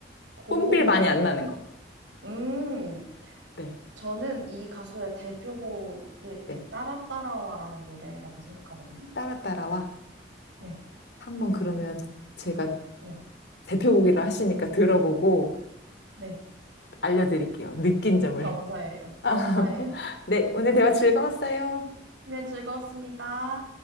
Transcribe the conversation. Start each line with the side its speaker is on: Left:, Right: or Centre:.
Right: 곡,
Left: 뽕필 많이 안 나는 거.
Right: 음,
Left: 네
Right: 저는 이 가수의 대표곡이
Left: 네.
Right: 그 따라 따라와라는 노래라고 생각하거든요.
Left: 따라 따라와.
Right: 네.
Left: 한번 그러면
Right: 그,
Left: 제가
Right: 네.
Left: 대표곡이라 하시니까 들어보고
Right: 네.
Left: 알려드릴게요. 느낀 점을.
Right: 감사해요.
Left: <laughs>
Right: 감사해요.
Left: 네, 오늘 대화 즐거웠어요.
Right: 네, 즐거웠습니다.